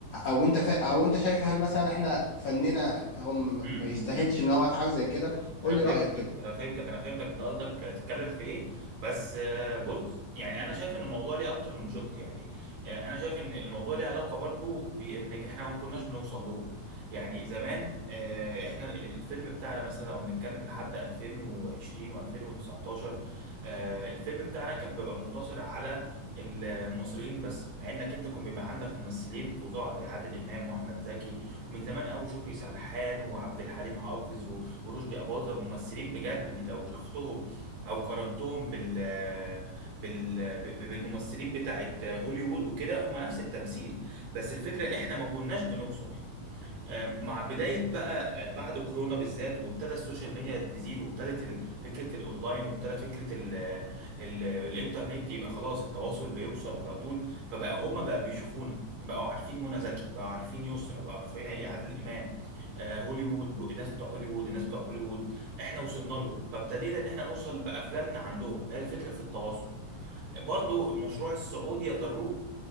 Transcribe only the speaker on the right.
امم
انا
فهمت
انا فهمتك انا فهمتك انت قصدك تتكلم في ايه بس آه، بص يعني انا شايف ان الموضوع ليه اكتر من شق يعني آه، انا شايف ان الموضوع ليه علاقه برضو بان احنا ما كناش بنوصل لهم يعني زمان آه، احنا ال- الفيلم بتاعنا مثلا لو بنتكلم لحد 2020 و2019 الفيلم بتاعنا كان بيبقى مقتصر على المصريين بس مع انك انت كان بيبقى عندك ممثلين فظاع زي عادل امام واحمد زكي ومن زمان قوي شكري سرحان وعبد الحليم حافظ ورشدي أباظة ممثلين بجد بي- لو شفتهم أو قارنتهم بال بال ب- بالممثلين بتاعت هوليوود وكده هم نفس التمثيل بس الفكرة إحنا ما كناش بنوصل آم، مع بداية بقى آه، بعد كورونا بالذات وابتدى السوشيال ميديا تزيد وابتدت ال- فكرة الأونلاين وابتدى فكرة ال ال الإنترنت يبقى خلاص التواصل بيوصل على طول فبقى هما بقى بيشوفونا بقوا عارفين منى زكي بقوا عارفين يسرا بقوا عارفين عي- عادل إمام آه، هوليوود ب- الناس بتوع هوليوود الناس بتوع بوليوود احنا وصلنا لهم فابتدينا إن احنا نوصل بأفلامنا عندهم فهي الفكرة في التواصل برضو المشروع السعودي يا طارق